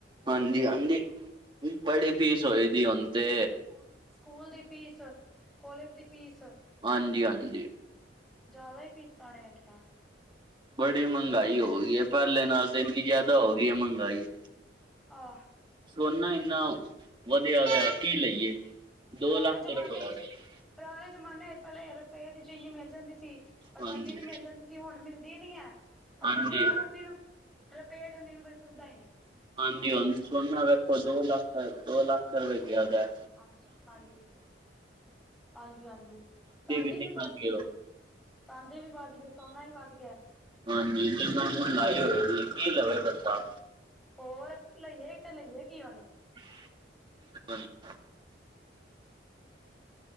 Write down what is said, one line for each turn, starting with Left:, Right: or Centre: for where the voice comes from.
Right: ਹਾਂਜੀ-ਹਾਂਜੀ। ਬੜੀ ਫੀਸ ਹੋਈ ਦੀ ਹੁਣ ਤੇ
Centre: ਹੁਣ ਸਕੂਲ ਦੀ ਫੀਸ, ਕੋਲੇਜ ਦੀ ਫੀਸ
Right: ਹਾਂਜੀ-ਹਾਂਜੀ।
Centre: ਜ਼ਿਆਦਾ ਹੀ ਫੀਸਾਂ ਨੇ ਹੈਗੀਆਂ।
Right: ਬੜੀ ਮਹਿੰਗਾਈ ਹੋ ਗਈ ਹੈ। ਪਹਿਲੇ ਨਾਲ ਤੇ ਇੰਨੀ ਜ਼ਿਆਦਾ ਹੋ ਗਈ ਹੈ ਮਹਿੰਗਾਈ।
Centre: ਆਹ।
Right: ਸੋਨਾ ਇੰਨਾ ਵਧਿਆ ਗਿਆ, ਕੀ ਲਈਏ ਦੋ
Centre: ਪੁਰਾਣੇ
Right: ਲੱਖ
Centre: ਜ਼ਮਾਨੇ
Right: <unintelligible>
Centre: ਚ ਪੁਰਾਣੇ ਜ਼ਮਾਨੇ ਚ ਪਹਿਲੇ <unintelligible> ਚੀਨੀ ਮਿਲ ਜਾਂਦੀ ਸੀ, ਅਠੰਨੀ
Right: ਹਾਂਜੀ
Centre: ਵੀ ਮਿਲ ਜਾਂਦੀ ਸੀ। ਹੁਣ ਮਿਲਦੀ ਨੀਂ ਐ, ਹੁਣ
Right: ਹਾਂਜੀ
Centre: ਰੁਪੇ ਅਠੰਨੀ ਨੂੰ ਰੁਪੇ ਅਠੱਨੀਂ ਨੂੰ ਕੋਈ ਪੁਛਦਾ ਈ ਨੀਂ।
Right: ਹਾਂਜੀ ਹਾਂਜ, ਓ ਸੋਨਾ ਵਖੋ, ਦੋ ਲੱਖ, ਦੋ ਲੱਖ ਰੁਪੈ ਚ ਹੈਗਾ।
Centre: ਹਾਂਜੀ ਹਾਂਜੀ, ਹਾਂਜੀ ਹਾਂਜੀ। ਚਾਂਦੀ
Right: ਇੰਨੀ
Centre: ਵੀ ਵੱਧ
Right: ਮਹਿੰਗੀ
Centre: ਗੀ
Right: ਹੋ
Centre: ਏ, ਚਾਂਦੀ ਵੀ ਵੱਧ ਗੀ ਏ ਸੋਨਾ ਵੀ ਵੱਧ ਗਿਆ।
Right: ਹਾਂਜੀ, <unintelligible> ਲਾਈ ਹੋਏ ਗੀ ਕੀ ਲਵੇ ਬੰਦਾ
Centre: ਹੋਰ ਲਈਏ ਤੇ ਲਈਏ ਕੀ ਹੁਣ।
Right: <inaudible>